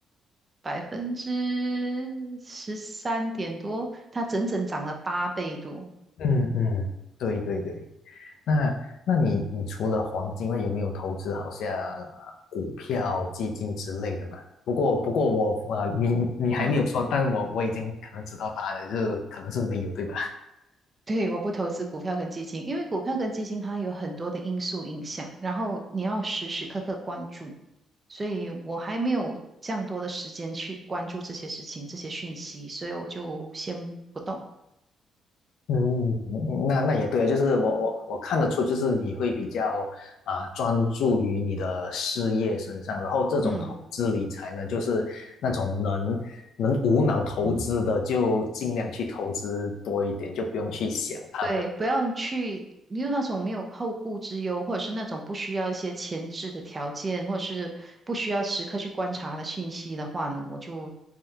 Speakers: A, on the right; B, on the left.
A: 百分之十三点多，它整整涨了八倍多。
B: 嗯嗯。对对对，那那你你除了黄金外，有没有投资好像啊股票、基金之类的嘛？不过不过我啊，你你还没有说，
A: 嗯
B: 但我我已经可能知道答案了，就可能是没有，对吧？
A: <laughs> 对，我不投资股票跟基金，因为股票跟基金它有很多的因素影响，然后你要时时刻刻关注，所以我还没有这样多的时间去关注这些事情、这些讯息，所以我就先不动。
B: 嗯，那那也对，就是我我我看得出，就是你会比较啊、专注于你的事业身上，然后这种投资理财呢，
A: 嗯。
B: 就是那种能能无脑投资的，就尽量去投资多一点，就不用去想它，
A: 对，
B: 不用。
A: 不要去，没有那种没有后顾之忧，或者是那种不需要一些前置的条件，或者是不需要时刻去观察的信息的话呢，我就